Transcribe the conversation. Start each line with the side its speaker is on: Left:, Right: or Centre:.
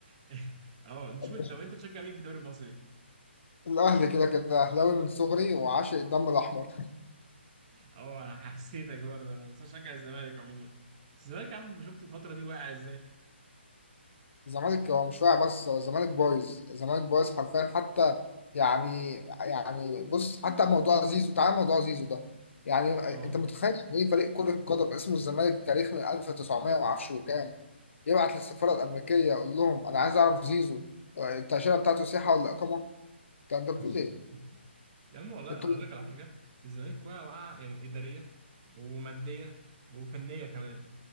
Right: <laughs> اه نشوف
Left: <laughs>
Right: انت طب انت بتشجع مين في الدوري المصري؟
Left: الاهلي كده كده اهلاوي من صغري وعاشق الدم الاحمر
Right: اه انا حسيتك برضه انا بس بشجع الزمالك عموما بس الزمالك يا عم شفت الفتره دي واقع ازاي؟
Left: الزمالك هو مش واقع بس هو الزمالك بايظ الزمالك بايظ حرفيا حتى يعني يعني بص حتى موضوع زيزو تعال موضوع زيزو ده يعني
Right: اه
Left: انت متخيل ان ايه فريق كرة قدم اسمه الزمالك تاريخ من 1900 ما اعرفش وكام يبعت للسفارة الأمريكية يقول لهم أنا عايز أعرف زيزو التأشيرة بتاعته سياحة ولا إقامة انت انت بتقول
Right: <laughs>
Left: إيه؟
Right: يا عم والله
Left: انت
Right: اقول لك على حاجه الزمالك واقع واقع يعني اداريه وماديه وفنيه كمان